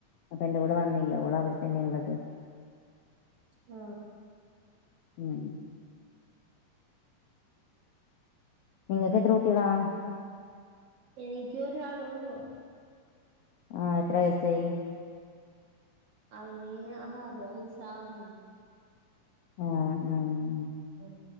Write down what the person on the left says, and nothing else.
അപ്പ എൻ്റെ കൊ ടെ വന്നില്ല ഓള് അവിടെത്തന്നെയാ ഉള്ളത്.
ഉം നിങ്ങക്ക് എത്ര കുട്ടികളാ?
ആ എത്ര വയസായി.
ആ ആ ഉം